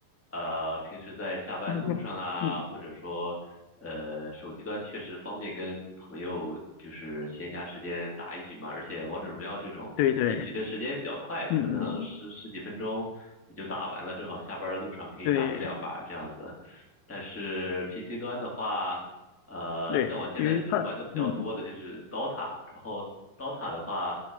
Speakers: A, in the centre; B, on the left.
A: 呃，平时在下班路上啊，
B: <laughs> 嗯，
A: 或者说呃，手机端确实方便跟朋友就是闲暇时间打一局嘛，而且王者荣耀这种一局的时间也比较快，
B: 对对，
A: 可能十十几分钟你就打完了，
B: 嗯嗯，
A: 正好下班的路上可以打一两把这样子。
B: 对
A: 但是 PC 端的话，呃，
B: 对，
A: 像我现在其实玩的比较多的就是
B: 因为它，嗯，
A: DOTA，然后 DOTA 的话，